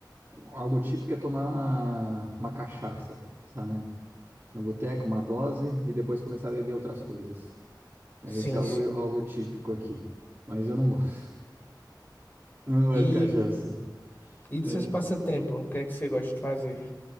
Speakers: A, on the right (about 30°); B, on the left (about 25°).
A: algo típico é tomar uma cachaça, sabe? No boteco, uma dose e depois começar a beber outras coisas. né?
B: sim,
A: Isso é algo,
B: sim.
A: algo típico aqui, mas eu não gosto. Não gosto
B: E,
A: de cachaça.
B: e dos
A: É.
B: seus passatempos, o que é que você gosta de fazer?